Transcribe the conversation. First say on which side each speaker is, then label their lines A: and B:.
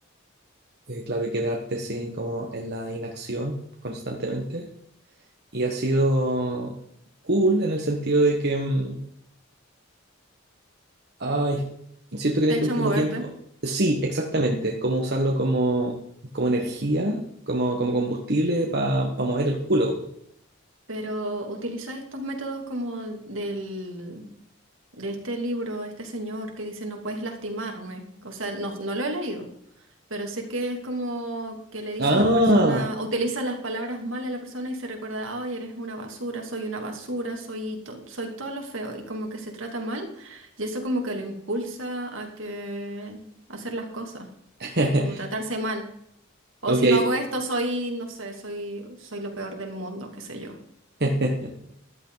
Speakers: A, on the right (about 55°); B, on the right (about 80°).
A: eh, claro, y quedarte así como en la inacción constantemente. Y ha sido cool en el sentido de que... mm, Ay, siento que
B: Te
A: en este
B: ha hecho
A: último
B: moverte.
A: tiempo, sí, exactamente, como usarlo como, como energía, como, como combustible para mover el culo.
B: Pero utiliza estos métodos como del, de este libro, este señor que dice no puedes lastimarme. O sea, no, no lo he leído, pero sé que es como que le dice
A: Ah,
B: a las personas, utiliza las palabras mal a la persona y se recuerda, ay, eres una basura, soy una basura, soy, to- soy todo lo feo y como que se trata mal y eso como que lo impulsa a que a hacer las cosas,
A: <laughs>
B: como tratarse mal. O
A: ok,
B: si no hago esto, soy, no sé, soy, soy lo peor del mundo, qué sé yo.
A: <laughs>